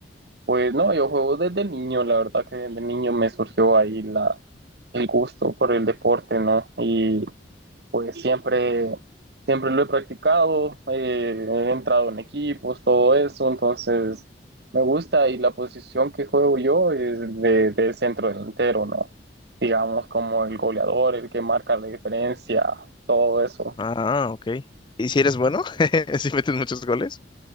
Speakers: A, on the right; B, on the left.
A: Pues no, yo juego desde niño, la verdad que desde niño me surgió ahí la, el gusto por el deporte, ¿no? Y Pues siempre, siempre lo he practicado, eh, he entrado en equipos, todo eso, entonces me gusta y la posición que juego yo es de, de centro delantero, ¿no? Digamos como el goleador, el que marca la diferencia, todo eso.
B: Ah, ok. ¿Y si eres bueno? <laughs> ¿Si metes muchos goles?